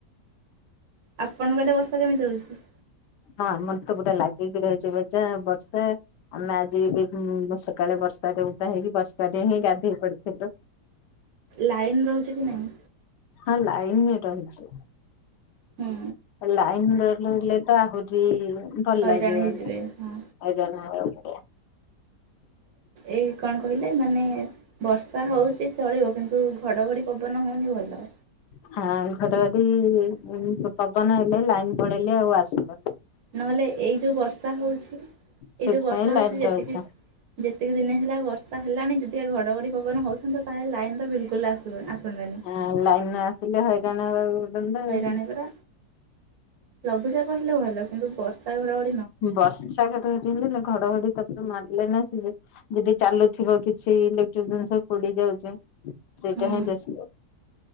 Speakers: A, on the right; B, on the left.
A: ଆପଣଙ୍କ ଆଡେ ବର୍ଷା କେମିତି ହଉଛି।
B: ହଁ ଆମରତ ପୁରା ଲାଗିକି ରହିଛି ବଚା ବର୍ଷା। ଆମେ ଆଜି ଏମ୍ ସକାଳେ ବର୍ଷାରେ ଓଦା ହେଇକି ବର୍ଷାରେ ହିଁ ଗାଧେଇ ପଡିଥିଲୁ।
A: ଲାଇନ ରହୁଛି କି ନାଇଁ।
B: ହଁ ଲାଇନ ରହୁଛି।
A: ହୁଁ।
B: ଲାଇନ ନ ରହିଲେ ତ ଆହୁରି ଭଲ
A: ହଇରାଣ
B: ଲାଗିବନି
A: ହେଇଯିବେ ହଁ।
B: ହଇରାଣ ହେବାକୁ ପଡ଼ିବ।
A: ଏଇ କଣ କହିଲେ ମାନେ ବର୍ଷା ହଉଚି ଚଳିବ କିନ୍ତୁ ଘଡଘଡି ପବନ ହଉନି ଭଲ।
B: ହଁ ଘଟଘଡି ପବନ ହେଲେ ଲାଇନ ପଳେଇଲେ ଆଉ ଆସିବନି।
A: ନହେଲେ ଏଇ ଯୋଉ ବର୍ଷା ହଉଛି ଏଇ
B: ସେଥିପାଇଁ
A: ଯୋଉ ବର୍ଷା
B: ଲାଇନ
A: ହଉଛି ଯେତିକି
B: ରହିଛି
A: ଯେତିକି ଦିନି ହେଲା ବର୍ଷା ହେଲାଣି ଯଦିବା ଘଡ଼ଘଡ଼ି ପବନ ହଉଥାନ୍ତା ତାହେଲେ ଲାଇନ ତ ବିଲକୁଲ ଆସ ଆସନ୍ତାନି।
B: ହଁ ଲାଇନ ନ ଆସିଲେ ହଇରାଣ ହେବାକୁ ପଡନ୍ତା ଆଉ।
A: ହଇରାଣୀ ପରା ଲଘୁଚାପ ହେଲେ ଭଲ କିନ୍ତୁ ବର୍ଷା ଘଡଘଡ଼ି
B: ବର୍ଷା ଘଡ ଘଡି ହେଲେ ନା ଘଡଘଡି ତାପରେ ମାରିଲେ ନାଇ କି ଯେ ଯଦି ଚାଲୁଥିବ କିଛି ଇଲେକ୍ଟ୍ର ଜିନିଷ ପୋଡି ଯାଉଛି ସେଇଟା
A: ହୁଁ
B: ହିଁ ବେଶୀ